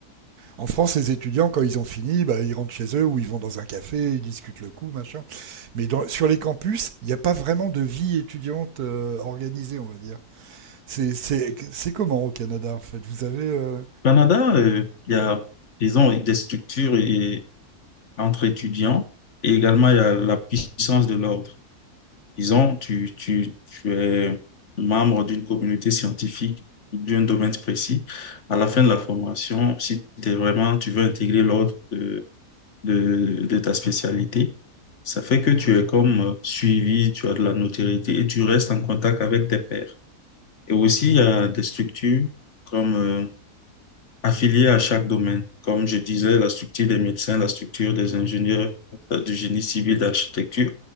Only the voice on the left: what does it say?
Au Canada, euh, il y a, ils ont des structures et- entre étudiants et également il y a la puissance de l'ordre. Ils ont, tu, tu, tu es membre d'une communauté scientifique ou d'un domaine précis. À la fin de la formation, si t'es vraiment, tu veux intégrer l'ordre de, de, de ta spécialité, Ça fait que tu es comme euh, suivi, tu as de la notoriété et tu restes en contact avec tes pairs. Et aussi, il y a des structures comme euh, affiliées à chaque domaine. Comme je disais, la structure des médecins, la structure des ingénieurs, euh, du génie civil, d'architecture.